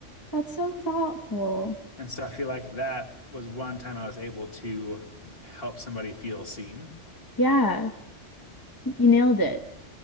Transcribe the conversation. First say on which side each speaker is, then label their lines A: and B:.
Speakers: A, on the left; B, on the left.
A: That's so thoughtful.
B: And so I feel like that was one time I was able to help somebody feel seen.
A: Yeah, you nailed it.